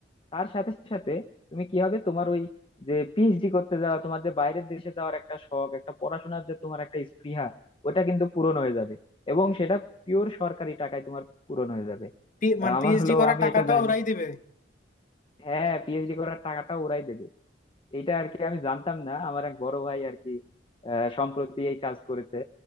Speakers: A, on the left; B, on the left.
A: তার সাথে সাথে তুমি কি হবে তোমার ওই যে পিএইচডি করতে যাওয়া তোমার যে বাইরের দেশে যাওয়ার একটা শখ একটা পড়াশোনার যে তোমার একটা স্পৃহা ওটা কিন্তু পূরণ হয়ে যাবে এবং সেটা পিওর সরকারি টাকায় তোমার পূরণ হয়ে যাবে
B: পি- মানে
A: আহ, আমার
B: পিএইচডি
A: হলো
B: করার
A: আমি
B: টাকাটা
A: এটা জানি
B: ওরাই দিবে
A: হ্যাঁ পিএইচডি করার টাকাটা ওরাই দেবে এটা আর কি আমি জানতাম না আমার এক বড় ভাই আর কি আহ, সম্প্রতি এই কাজ করেছে